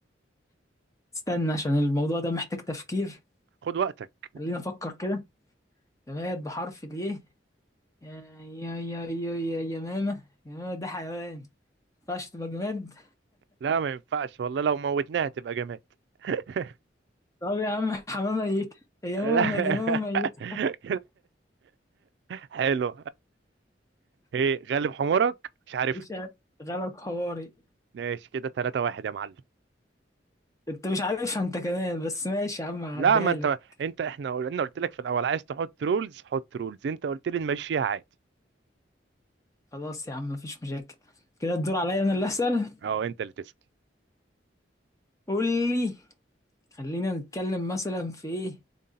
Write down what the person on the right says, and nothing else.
خد وقتك
لا ما ينفعش والله لو موتناها تبقى جماد <laughs>
لا
<laughs>
حلو ايه غلب حمارك مش عارف
ماشي كده 3 واحد يا معلم
لا ما انت
انت احنا قلنا قلت لك في الاول عايز تحط رولز حط رولز انت قلت لي نمشيها عادي
اه انت اللي تسأل